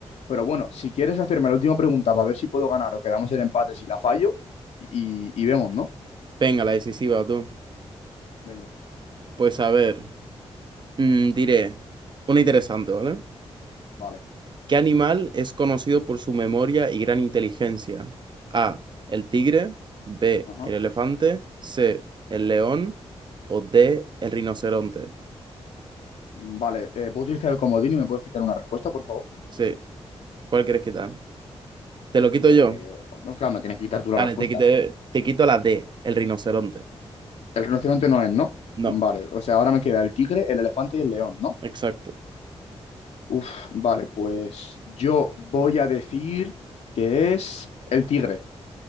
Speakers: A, on the left; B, on the right.
A: Pero bueno, si quieres hacerme la última pregunta para ver si puedo ganar o quedamos el empate, si la fallo, y, y vemos, ¿no?
B: Venga, la decisiva, tú.
A: Venga,
B: Pues a ver. Mm, diré, una interesante, ¿vale?
A: vale.
B: ¿Qué animal es conocido por su memoria y gran inteligencia? A, el tigre, B,
A: Ajá.
B: el elefante, C, el león o D, el rinoceronte.
A: Vale, eh, ¿puedo utilizar el comodín y me puedes quitar una respuesta, por favor?
B: Sí, ¿cuál quieres quitar? Te lo quito
A: Eh,
B: yo.
A: no, claro, me tienes que quitar tú la
B: Vale,
A: respuesta.
B: te quité- te quito la D, el rinoceronte.
A: El rinoceronte no es, ¿no?
B: No,
A: Vale, o sea, ahora me queda el tigre, el elefante y el león, ¿no?
B: exacto.
A: Uf, vale, pues yo voy a decir que es el tigre.